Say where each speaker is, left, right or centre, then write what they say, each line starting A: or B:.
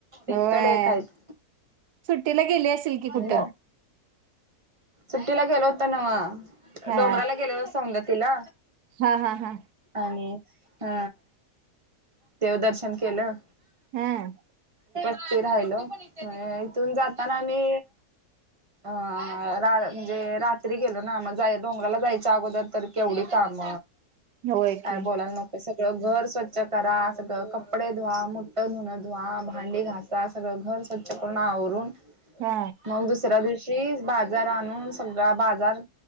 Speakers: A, on the right; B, on the right.
A: होय
B: एक तड एक आहेत.
A: सुट्टीला गेली असेल की
B: मग
A: कुठं
B: सुट्टीला गेलो होतो नव
A: हा
B: डोंगराला गेलेलो सौदत्ती ला.
A: हा हा हा
B: आणि ह देव दर्शन केलं.
A: हम्म.
B: ते राहिल. इथून जाताना आमी अ रा म्हणजे रात्री गेलो ना मग जाय डोंगराला जायच्या अगोदर तर केवढी काम
A: होय
B: काय
A: की
B: बोलायला नको! सगळं घर स्वच्छ करा, सगळं कपडे धुवा, मोठ धुणं धुवा, भांडी घासा, सगळं घर स्वच्छ करून आवरून
A: हा
B: मग दुसऱ्या दिवशी बाजार आणून, सगळा बाजार